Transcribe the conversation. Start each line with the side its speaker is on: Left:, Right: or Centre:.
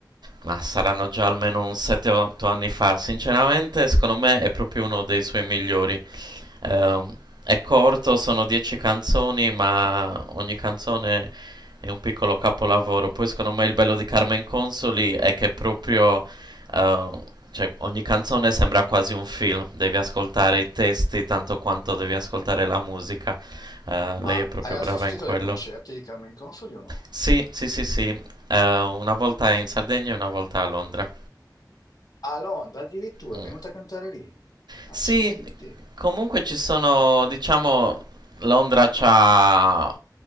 Right: ma saranno già almeno un 7-8 anni fa, sinceramente, secondo me è proprio uno dei suoi migliori. Ehm, è corto, sono 10 canzoni, ma ogni canzone è un piccolo capolavoro. Poi secondo me il bello di Carmen Consoli è che proprio eh, cioè, ogni canzone sembra quasi un film, devi ascoltare i testi tanto quanto devi ascoltare la musica. Eh,
Left: Ma
Right: lei è proprio
Left: hai assistito
Right: brava in quello.
Left: ai concerti di Carmen Consoli o no?
Right: Sì, sì, sì, sì. Eh, una volta in Sardegna e una volta a Londra.
Left: A Londra addirittura,
Right: Mm.
Left: è venuta a cantare lì. Accidenti,
Right: Sì, comunque ci sono, diciamo, Londra c'ha,